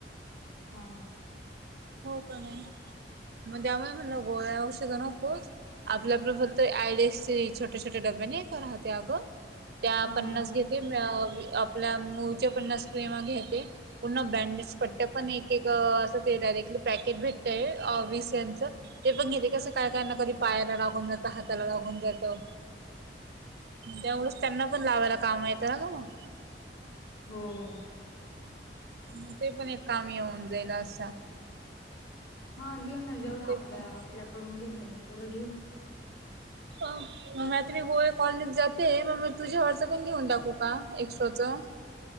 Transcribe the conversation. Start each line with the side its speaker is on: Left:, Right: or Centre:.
Left: हा
Right: हो का नाही मग त्यामुळे मला गोळ औषध नको आपल्या आप फक्त आयडीएक्स छोट्या छोट्या डब्या नाही का राहते अगं त्या
Left: हा
Right: पन्नास
Left: हा
Right: घेत आपल्या मूच्या प स्क्रीम घेते पूर्ण बँडेज पट्ट्या पण एक एक असं ते डायरेक्टली पॅकेट भेटतय वीसच ते पण घेते कसं काय काय ना कधी पायाला लागून जात हाताला लागून जातं तेवढंच त्यांना पण लावायला काम येतं ना का मग
Left: होम
Right: मग ते पण एक काम येऊन जाईल असा
Left: हा घेऊ ना जेवढा
Right: ते
Left: आपल्या
Right: पण
Left: आपल्याकडून घेता येईल तेवढं घेऊ
Right: मग मी आता मी गोवे कॉलनीत जाते मग म तुझ्यावरचं पण घेऊन टाकू का एक्स्ट्राचं